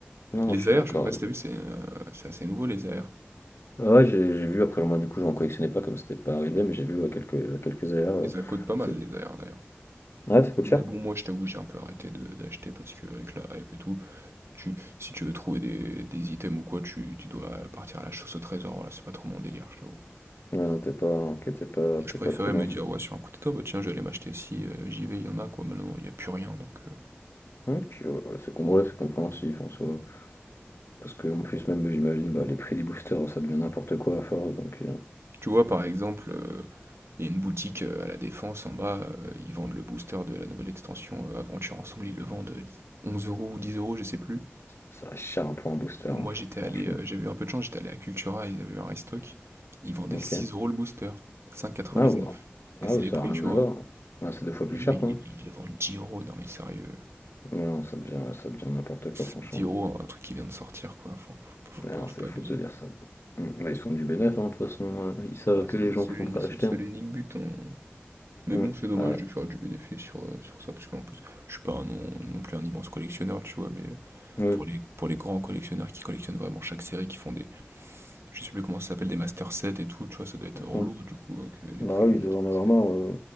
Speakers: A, on the left (about 75°); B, on the right (about 75°).
A: Non
B: Les
A: non je suis
B: AR,
A: d'accord.
B: je sais pas si t'as vu, c'est euh, c'est assez nouveau, les AR.
A: Ah Ouais, j'ai j'ai vu, après moi du coup j'en collectionnais pas comme c'était pas arrivé, mais j'ai vu ouais, quelques, quelques AR. euh,
B: Et ça coûte pas mal,
A: c'est...
B: les AR, d'ailleurs.
A: Ouais, ça coûte
B: Mais
A: cher?
B: bon, moi, je t'avoue, j'ai un peu arrêté de- d'acheter parce que avec la hype et tout, tu, si tu veux trouver des, des items ou quoi, tu, tu dois partir à la chasse au trésor. Là, c'est pas trop mon délire, je t'avoue.
A: Ouais, non, t'es pas, ok, t'es pas, t'es
B: Je préférais
A: pas trop dans
B: me dire,
A: ça.
B: ouais, sur un coup de tête, bah tiens, je vais aller m'acheter si euh, j'y vais, il y en a quoi. Maintenant, il y a plus rien. Donc, euh.
A: Ok, ouais, c'est com- ouais, c'est compréhensif en soi. Parce que en plus même j'imagine bah, les prix des boosters ça devient n'importe quoi à force, donc euh,
B: tu vois, par exemple, euh, il y a une boutique euh, à la Défense en bas, euh, ils vendent le booster de la nouvelle extension euh, Aventure Ensemble, ils le vendent euh, 11 euros ou 10 euros, je sais plus.
A: ça reste cher un peu un booster,
B: Et
A: hein,
B: moi,
A: fr-
B: j'étais
A: franchement.
B: allé, euh, j'avais eu un peu de chance, j'étais allé à Cultura, ils avaient eu un restock. Ils vendaient
A: Ok.
B: 6 euros le booster, cinq quatre-vingt-dix-neuf,
A: Ah ouais.
B: Et
A: Ah
B: c'est
A: oui,
B: les
A: ça
B: prix,
A: a rien
B: tu vois.
A: à voir. Ah, c'est deux fois plus
B: Et
A: cher
B: eux, ils,
A: quoi.
B: ils le vendent 10 euros, non mais sérieux.
A: Ouais, non, ça devient, ça devient n'importe quoi franchement.
B: dix euros, un truc qui vient de sortir, quoi. Enfin, faut, pas- faut
A: Ouais,
B: pas,
A: non,
B: faut
A: c'est
B: pas
A: fou
B: abuser.
A: de se dire ça. Mm, ouais, ils font du bénéfice, hein, de toute façon, euh, ils savent
B: Ouais,
A: que
B: c'est
A: les
B: ça,
A: gens
B: c'est l'uni-
A: sont prêts
B: c'est
A: à acheter.
B: le seul et unique but. hein. Mais
A: Mm.
B: bon, c'est dommage
A: Ah ouais.
B: de faire du bénéfice sur, euh, sur ça, parce qu'en plus, je suis pas un non, non plus un immense collectionneur, tu vois, mais euh,
A: Oui.
B: pour les, pour les grands collectionneurs qui collectionnent vraiment chaque série, qui font des, Je sais plus comment ça s'appelle, des master sets et tout, tu vois, ça doit être
A: Mhm.
B: relou, du coup, euh, que les
A: Bah
B: prix
A: oui,
B: montent
A: il doit en
B: comme
A: avoir
B: ça.
A: marre. Ouais,